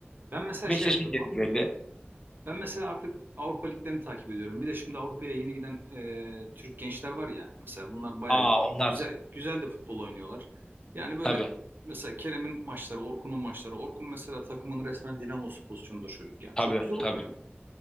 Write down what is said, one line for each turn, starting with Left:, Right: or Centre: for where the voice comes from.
Right: Ben mesela
Left: Beşiktaş'ın
Right: şey yapıyorum
Left: geri belli.
Right: Ben mesela artık Avrupa liglerini takip ediyorum. Bir de şimdi Avrupa'ya yeni giden e, Türk gençler var ya. Mesela bunlar bayağı
Left: Aa
Right: güzel
Left: onlar
Right: güzel de futbol oynuyorlar. Yani böyle
Left: tabii
Right: mesela Kerem'in maçları, Orkun'un maçları. Orkun mesela takımın resmen dinamosu pozisyonunda çocuk yani.
Left: tabii
Right: Çok güzel oynuyor.
Left: tabii.